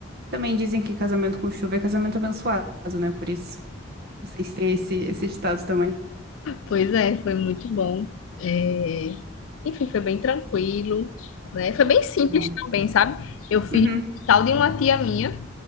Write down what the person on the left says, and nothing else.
Pois é, foi muito bom. É, Enfim, foi bem tranquilo, né? Foi bem simples
também, sabe? Eu fiz
tal de uma tia minha,